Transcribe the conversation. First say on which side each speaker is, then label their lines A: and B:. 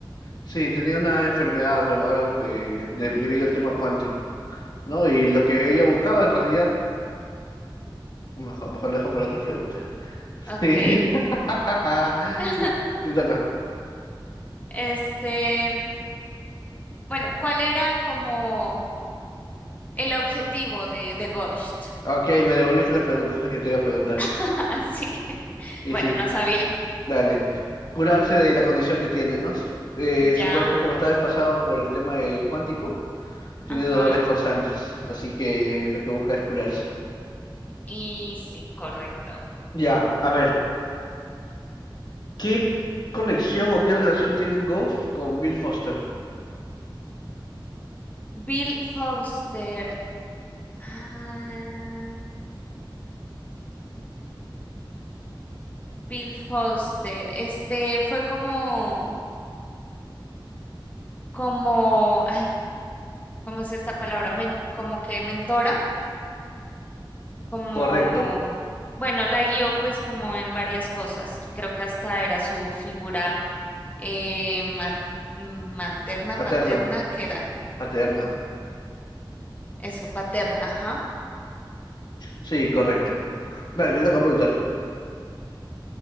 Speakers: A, on the left; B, on the left.
A: Sí, tenía una enfermedad, bueno, algo que de- debido al tema cuántico, ¿no? Y lo que ella buscaba en realidad, mejor, mejor lo dejo para otras preguntas.
B: ok.
A: Sí. <laughs>
B: <laughs>
A: Te toca.
B: Este, bueno, ¿cuál era como el objetivo de, de Ghost?
A: Ok, me devolviste la pregunta, esa es la que te iba a preguntar.
B: <laughs> Así.
A: Y
B: Bueno,
A: sí.
B: no sabía.
A: Dale. Curarse de la condición que tiene, ¿no? Eh, su
B: Ya,
A: cuerpo, como está desfasado por el tema de cuántico, tiene
B: ajá.
A: dolores constantes, así que lo que busca es curarse.
B: Y sí, correcto.
A: Ya, a ver, ¿qué conexión o qué relación tienen Ghost con Bill Foster?
B: Bill Foster. Ah, Bill Foster. Este fue como, como, ay, ¿cómo es esta palabra? Men- como que mentora, como,
A: Correcto.
B: bueno, la guió pues como en varias cosas y creo que hasta era su figura eh, ma- materna,
A: Paterna.
B: paterna, que era?
A: Paterna.
B: Eso, paterna, ajá.
A: Sí, correcto. Vale, te toca preguntar.